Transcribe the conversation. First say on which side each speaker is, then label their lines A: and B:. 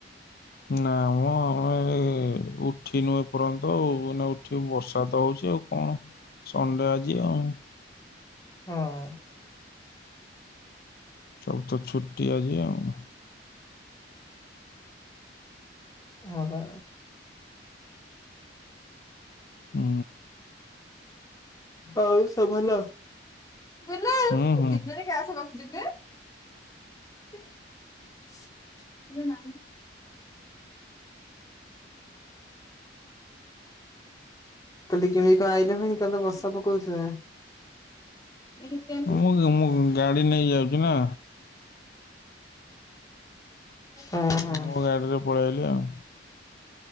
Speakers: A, on the left (about 50°); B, on the left (about 20°).
A: ନାଁ ମଁ ଆମେ ଏଇ ଉଠିନୁ ଏପର୍ଯ୍ୟନ୍ତ ଆଉ ଏ ନା ଠି ବର୍ଷା ତ ହୋଉଛି ଆଉ କଣ ସଣ୍ଡେ ଆଜି ଆଉ।
B: ହଁ।
A: ସବୁତ ଛୁଟି ଆଜି ଆଉ।
B: ହଁ ପା।
A: ହୁଁ।
B: ଆଉ ସବୁ ଭଲ? ବୁଲ ଆଉ
A: ହୁଁ ହୁଁ
B: ଦିନରେ
A: ହୁଁ
B: କ୍ଲାସ ରଖୁଛୁ ନା? ଇଲୋ ନା କାଲି କେମିତି କଣ ଆଇଲ ଭାଇ କାଲି ତ ବର୍ଷା ପକଉଥିଲା? <inaudible>
A: ମୁଁ ମୁଁ ଗାଡ଼ି ନେଇ ଯାଉଚି। କି ନା।
B: ଉଁ ହୁଁ।
A: ମୋ ଗାଡିରେ ପଳେଇ ଆଇଲି ଆଉ